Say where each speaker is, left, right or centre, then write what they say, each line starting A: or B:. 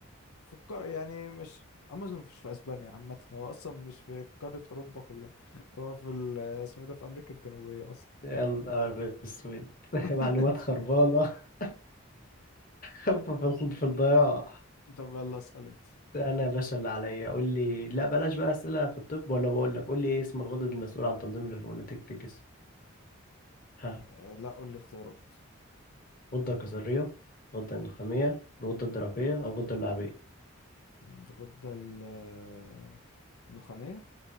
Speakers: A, on the left; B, on the left.
A: فكر يعني مش امازون مش في اسبانيا عامه هو اصلا مش في قاره اوروبا كلها هو في ال- <laughs> اسمه ايه ده في امريكا الجنوبيه اصلا
B: يا نهار اسود <laughs>
A: <laughs>
B: معلومات خربانة <laughs> في ال- في الضياع
A: طب يلا اسال انت
B: انا يا باشا اللي عليا قول لي لا بلاش بقى اسئلة في الطب ولا بقول لك قول لي ايه اسم الغدد المسؤول عن تنظيم الهرمونات في الجسم ها
A: آه، لا قول لي اختيارات
B: غدة كظرية غدة اندوخامية الغدة الدرقية أو الغدة اللعابية
A: الغده ال- آه، النخاميه